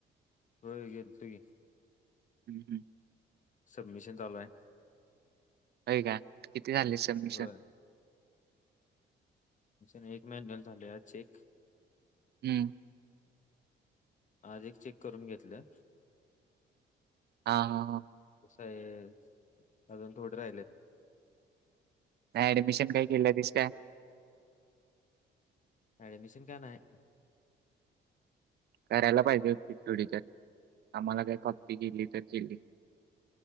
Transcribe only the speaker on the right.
हम्म हम्म
होय काय किती झाले सबमीशन
हम्म
हां, हां, हां.
नाही ऍडमिशन काही केलं तस का
करायला पाहिजे होती थवोडी तर आम्हाला काय खपती गिली तर जिली